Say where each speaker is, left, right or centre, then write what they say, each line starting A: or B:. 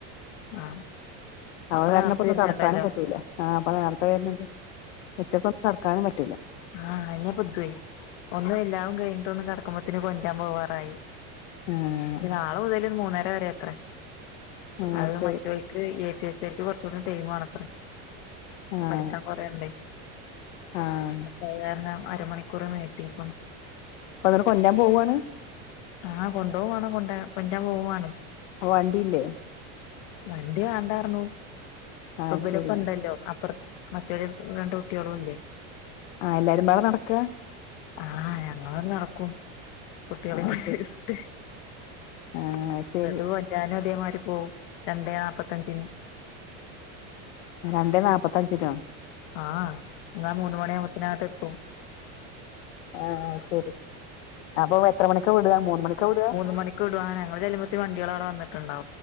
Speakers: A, on the left; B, on the left.
A: ആ
B: അഹ്
A: അപ്പൊ
B: കാരണം
A: നേർത്തെ
B: പ്പം ഒന്ന്
A: വരുന്നുണ്ടല്ലോ
B: കെടക്കാനും പറ്റൂല ആഹ് ഇപ്പം നേര്ത്തെ വെര്ന്ണ്ട് ഉച്ചക്ക് ഒന്ന് കെട്ക്കാനും പറ്റൂല
A: ആഹ് അഹന്നെ പത്തുയ് ഒന്ന് എല്ലാവും കഴിഞ്ഞിട്ട് ഒന്ന് കെടക്കുമ്പത്തിന് കൊണ്ട്രാൻ പോവാറായി
B: ആഹ്
A: നാളെ മുതല് മൂന്നര വരെത്രെ.
B: ആഹ്
A: അത്
B: ശരി
A: മറ്റോൽക്ക് എ എസ്സെര്ക്. കൊറച്ചുടെ. ടൈംണത്ര.
B: ആഹ്
A: പഠിക്കാൻ കൊറേണ്ടേ.
B: ആഹ്.
A: അയ് കാരണം അരമണിക്കൂർ. നീട്ടികുണു.
B: പ്പതിനേ കൊല്ലാൻ പോവ്ണ്.
A: ആഹ് കൊണ്ടോവും. കൊണ്ട. കൊണ്ട്രാ പോവുണെ..
B: അവണ്ടില്ലേ.?
A: വണ്ടി വേണ്ടാർണു. ഇപ്പ
B: ആഹ്
A: ഇബരൊക്കെ
B: ശരി
A: ണ്ടല്ലോ. അപ്പർ മറ്റൊരു രണ്ട് കുട്ട്യോളും ഇല്ലേ.?
B: ആഹ്, എല്ലാരും പാടെ നടക്കാ..
A: ആഹ്. ഞങ്ങളണ്ട്. നടക്കും കുട്ട്യോളി
B: ആഹ്
A: പുടിച്ചിട്ട്.
B: ശരി ആഹ് ശരി
A: ന്നട്ട്. കോണ്ട്രനും. അതേമാരി പോവും. രണ്ടേ നാപത്തഞ്ചിന്..
B: രണ്ടേ നാപ്പത്തഞ്ചിനൊ.?
A: ആഹ്. ന്നാ മൂന്ന് മണിയാവ്ബത്തിഅങ്‌ട്ട് എത്തും..
B: ആഹ് ശരി അപ്പൊ എത്ര മണിക്കോ വിടുക മൂന്ന് മണിക്കോ വിട്
A: മൂന്ന് മണിക്ക് വിടുവാന ഞങ്ങള് ചെല്ലുമ്പത്തിന് വണ്ടികളോവിടെന്നിട്ടുണ്ടക